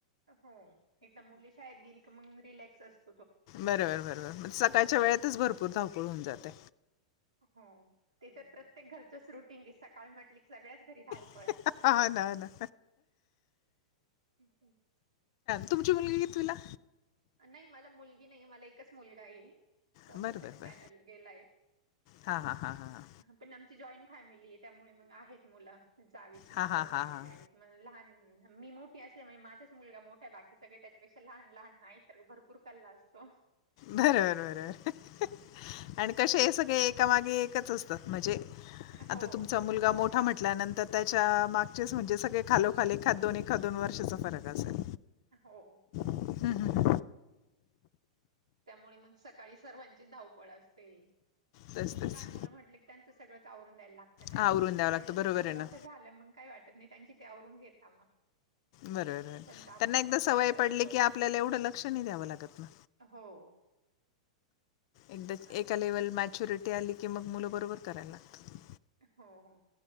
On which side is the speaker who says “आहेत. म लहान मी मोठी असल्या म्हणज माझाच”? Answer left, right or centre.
Right